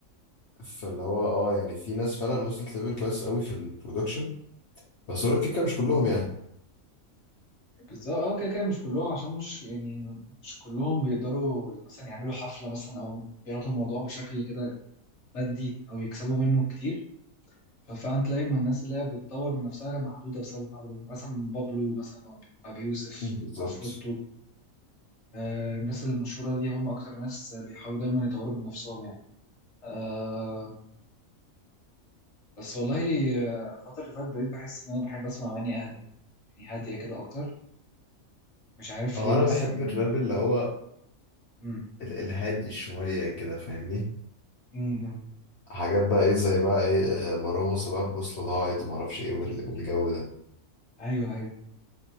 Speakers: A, on the left; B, on the left.
A: فاللي هو اه يعني في ناس فعلا وصلت ليفل كويس قوي في البرودكشن بس هو الكيكه مش كلهم يعني
B: بالظبط اه كده كده مش كلهم عشان مش يعني مش كلهم بيقدروا مثلا يعملوا حفله مثلا او بياخدوا الموضوع بشكل كده مادي او يكسبوا منه كتير ففعلا تلاقي ما الناس اللي هي بتطور من نفسها محدوده بسبب الحوار ده مثلا بابلو مثلا ابي يوسف
A: مم. بالظبط
B: عفروتو آه الناس المشهوره دي هم اكتر ناس بيحاولوا دايما يطوروا من نفسهم يعني آه بس والله آه، الفتره اللي فاتت بقيت بحس ان انا بحب اسمع اغاني اهدى يعني هاديه كده اكتر مش عارف
A: هو
B: ليه
A: انا
B: بس
A: بحب
B: يعني
A: الراب اللي هو
B: امم
A: ال- الهادي شويه كده فاهمني
B: امم
A: حاجات بقى ايه زي بقى ايه آه، مروان موسى بقى البوصله ضاعت وما اعرفش ايه وال- والجو ده
B: ايوه ايوه